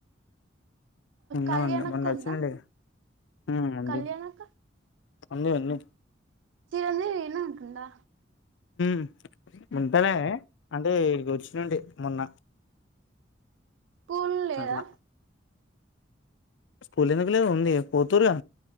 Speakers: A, on the left (about 75°); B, on the right (about 80°).
A: ఇన్నె
B: కళ్యాణ్
A: ఉండె మొన్న
B: అక్క
A: ఒచ్చినుండె
B: ఉందా
A: గా మ్ ఉంది.
B: కళ్యాణ్ అక్క
A: ఉన్ని ఉన్ని
B: <unintelligible> ఇన్నకుండా
A: మ్ ముంతనే అంటే ఇడి కొచ్చినుంటి మొన్న
B: స్కూల్ లేదా
A: అట్ల స్కూల్ ఎందుకు లేదు ఉంది పోత్తూరుగా